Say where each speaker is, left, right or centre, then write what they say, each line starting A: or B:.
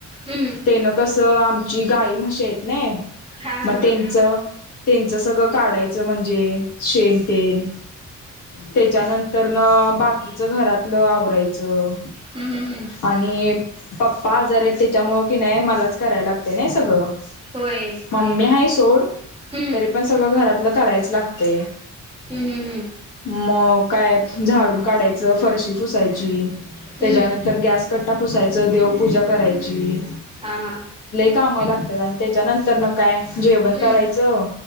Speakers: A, on the right (about 15°); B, on the left (about 80°).
A: हम्म हम्म
B: तेन कसं आमची गाय म्हशी येत ना
A: हा हा
B: मग
A: हा
B: त्यांच. त्यांचं सगळं काढायचं म्हणजे शेण तेल. त्याच्यानंतरन बाकीच घरातलं आवरायचं.
A: हम् हम् हम्
B: आणि पप्पा आजार आहेत त्याच्यामुळं की नाही मलाच करायला लागत नाही सगळं.
A: होय.
B: मम्मी आहे सोड
A: हम्म
B: तरी पण सगळं घरातलं करायचं लागत. ते
A: हम्म हम्म
B: मग काय झाडून काढायचं फरशी फुसायची
A: हम्म
B: त्याच्यानंतर
A: हम्म
B: गॅस कट्टा पुसायचं देवपूजा करायची.
A: हा हा
B: काम लागतात आणि त्याच्यानंतर न काय जेवण
A: हम्म
B: करायचं